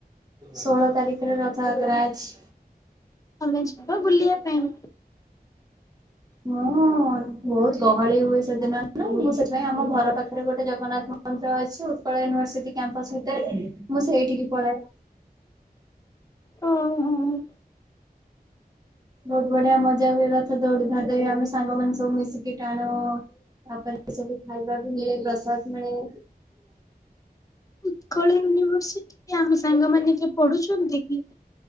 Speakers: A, on the right; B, on the left.
A: ଷୋହଳ ତାରିଖରେ ରଥଯାତ୍ରା ଅଛି।
B: ତମେ ଯିବା ବୁଲିବା ପାଇଁ।
A: ମୁଁ ବହୁତ ଗହଳି ହୁଏ ସେଦିନ ନା। ମୁଁ ସେଥିପାଇଁ ଆମ ଘର ପାଖରେ ଗୋଟେ ଜଗନ୍ନାଥ ମନ୍ଦିର ଅଛି ଉତ୍କଳ ୟୁନିଭରସିଟି କ୍ୟାମ୍ପସ ଭିତରେ ମୁଁ ସେଇଠିକି ପଳାଏ।
B: ହଁ ହଁ।
A: ବହୁତ ବଢିଆ ମଜା ବି ରଥ ଦୌଡି ଧରି ଆମେ ସାଙ୍ଗମାନେ ସବୁ ମିଶିକି ଟାଣୁ। ଆପଣବି ଖାଇବା ବି ମିଳେ ପ୍ରସାଦ ମିଳେ।
B: ଉତ୍କଳ ୟୁନିଭର୍ସିଟିରେ ଆମ ସାଙ୍ଗ ମାନ ପଢୁଛନ୍ତି କି?